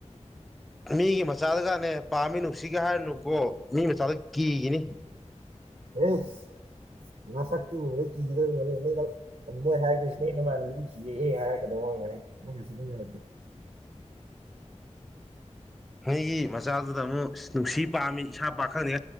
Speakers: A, in the centre; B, on the right.
A: ꯃꯤꯒꯤ ꯃꯆꯥꯗꯒꯅꯦ ꯄꯥꯝꯃꯤ ꯅꯨꯡꯁꯤꯒꯦ ꯍꯥꯏꯔꯅꯨꯀꯣ ꯃꯤ ꯃꯆꯥꯗ ꯀꯤꯈꯤꯅꯤ꯫
B: ꯑꯦꯁ ꯅꯁꯛꯇꯣ ꯎꯕ ꯀꯤꯒꯗꯨꯏ ꯑꯤꯏꯔꯝꯅꯤ ꯅꯣꯏ ꯍꯥꯏꯔꯛꯇꯨꯏꯁꯤ ꯅꯣꯏ ꯅꯃꯥꯟꯅꯗꯤ ꯀꯤꯖꯩꯌꯦ ꯍꯥꯏꯔꯛꯀꯗꯨꯕ ꯑꯣꯏꯔꯝꯒꯅꯤ ꯅꯪꯒ ꯆꯠꯃꯤꯟꯅꯔꯗꯤ꯫
A: ꯅꯣꯏꯒꯤ ꯃꯆꯥꯗꯨꯗ ꯑꯃꯨꯛ ꯅꯨꯡꯁꯤ ꯄꯥꯝꯃꯤ ꯏꯁꯥ ꯄꯥꯈꯪꯅꯤ